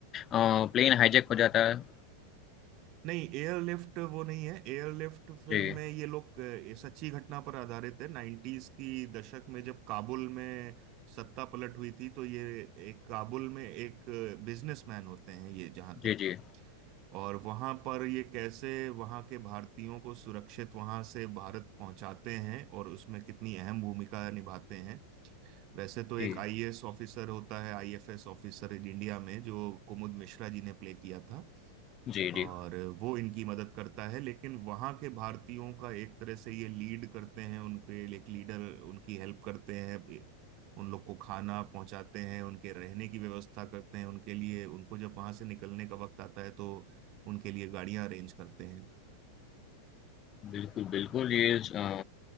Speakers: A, on the left; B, on the right.
A: प्लेन हाईजैक हो जाता है
B: नहीं एयरलिफ्ट वो नहीं है एयरलिफ्ट फिल्म
A: जी
B: में ये लोग अ, ये सच्ची घटना पर आधारित है 90s की दशक में जब काबुल में सत्ता पलट हुई थी तो ये एक काबुल में एक बिजनेसमैन होते हैं ये जहां
A: जी
B: तक
A: जी
B: और वहां पर ये कैसे वहां के भारतीयों को सुरक्षित वहां से भारत पहुंचाते हैं और उसमें कितनी अहम भूमिका निभाते हैं वैसे तो
A: जी
B: एक आईएएस ऑफिसर होता है आईएफएस ऑफिसर इन इंडिया में जो कुमुद मिश्रा जी ने प्ले किया था
A: जी जी
B: और वो इनकी मदद करता है लेकिन वहाँ के भारतीयों का एक तरह से ये लीड करते हैं उनके एक लीडर उनकी हेल्प करते हैं उन लोग को खाना पहुंचाते हैं उनके रहने की व्यवस्था करते हैं उनके लिए उनको जब वहां से निकलने का वक्त आता है तो उनके लिए गाड़ियां अरेंज करते हैं
A: बिल्कुल बिल्कुल ये अ,